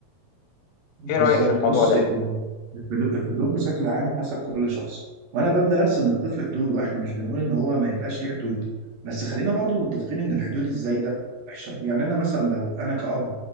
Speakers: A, on the right (about 65°); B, on the left (about 80°).
A: بالظبط
B: ايه رايك في الموضوع
A: بص
B: ده
A: يعني الحدود الحدود بشكل عام حسب كل شخص وانا ببدا ارسم للطفل حدوده احنا مش بنقول ان هو ما يبقاش ليه حدود بس خلينا برضو متفقين ان الحدود الزايده وحشه يعني انا مثلا لو انا كأب